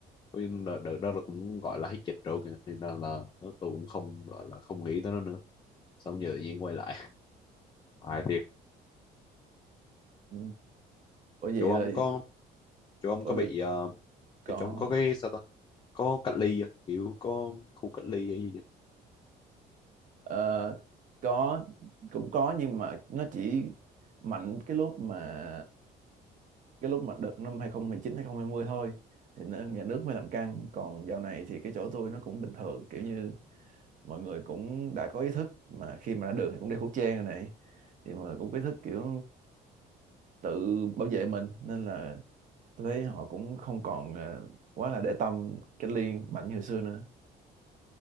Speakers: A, on the left (about 30°); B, on the right (about 50°).
A: Với đợt, đợt đó là cũng gọi là hết dịch rồi kìa nên là, là tôi cũng không gọi là không nghĩ tới nó nữa xong giờ tự nhiên quay lại <laughs> hài thiệt
B: ừ. Bởi vậy
A: chỗ ông
B: là
A: có chỗ ông
B: bởi
A: có bị
B: vì
A: ờ,
B: có
A: cái chỗ ông có cái sao ta có cách ly á kiểu có khu cách ly hay gì vậy?
B: ờ, có cũng có nhưng mà nó chỉ mạnh cái lúc mà cái lúc mà đợt năm hai hai chín hai 2020 thôi thì nó- nhà nước mới làm căng còn dạo này thì cái chỗ tôi nó cũng bình thường kiểu như mọi người cũng đã có ý thức mà khi mà ra đường thì cũng đeo khẩu trang rồi này thì mà cũng có ý thức kiểu tự bảo vệ mình nên là tôi thấy họ cũng không còn ờ, quá là để tâm cách ly mạnh như hồi xưa nữa